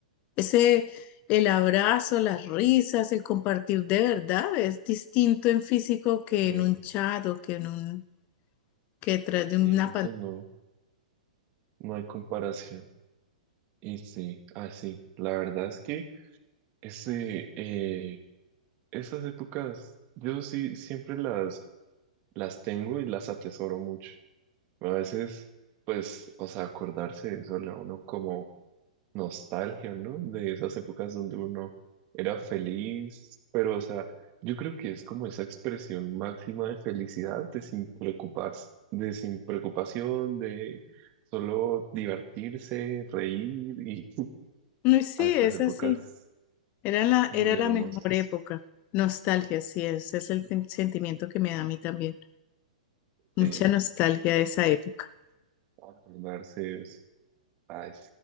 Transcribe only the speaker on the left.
Ese, el abrazo, las risas, el compartir de verdad es distinto en físico que
en un chat o que en un, que detrás de una
pantalla.
No, Sí,
es
así, era la,
era la
mejor época. Nostalgia, sí, ese es el sen- sentimiento que me da a mí también. Mucha
nostalgia de esa época.